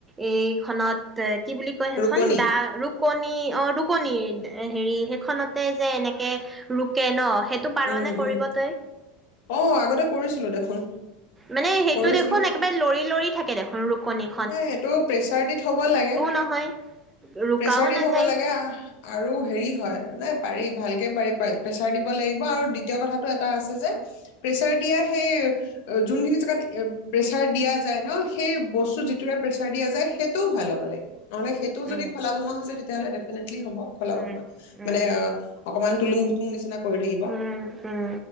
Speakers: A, on the right (about 15°); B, on the left (about 60°).
A: এই খনত তে কি বুলি কয় সেইখন
B: ৰুকনি
A: দা ৰুকণি অ ৰুকণিৰ এ' হেৰি, সেইখনতে যে এনেকে ৰোকে ন' সেইটো পাৰনে
B: উম
A: কৰিব
B: উম
A: তই
B: অ', আগতে কৰিছিলো দেখোন।
A: মানে সেইটো
B: কৰিছিলো
A: দেখোন একেবাৰে লৰি লৰি থাকে দেখোন ৰুকণি
B: এহ সেইটো প্ৰেচাৰ দি থ'ব লাগে,
A: নহয় ৰুকাও
B: প্ৰেচাৰ দি
A: নাযায়।
B: থ'ব লাগে আহ আৰু হেৰি হয় ন পাৰি ভালকে পাৰি, প্ৰেচাৰ দিব লাগিব আৰু দ্বিতীয় কথাটো এটা আছে যে, প্ৰেচাৰ দিয়া সেই যোনখিনি জেগাত প্ৰেচাৰ দিয়া যায় ন' সেই বস্তু যিটোৰে প্ৰেছাৰ দিয়া যায় সেইটোও ভাল হ'ব লাগিব। নহ'লে সেইটো
A: উম
B: যদি খলা-বমা হৈ যায় তে তেতিয়াহ'লে ডেফিনেট কি হ'ব খলা-বমা।
A: উম উম
B: মানে অকমান তুলুং-ভুতুং নিচিনা কৰি থাকিব
A: উম উম